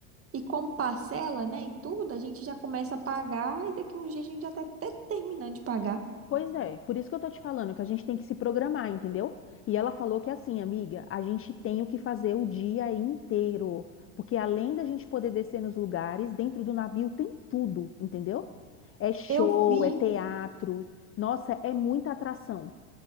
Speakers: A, on the right (about 30°); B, on the left (about 30°).
A: E como parcela, né, e tudo, a gente já começa a pagar e daqui uns dias a gente já tá até terminando de pagar.
B: Pois é, por isso que eu tô te falando que a gente tem que se programar, entendeu? E ela falou que é assim, amiga, a gente tem o que fazer o dia inteiro, porque além da gente poder descer nos lugares, dentro do navio tem tudo, entendeu? É show,
A: Eu vi
B: é teatro, nossa, é muita atração.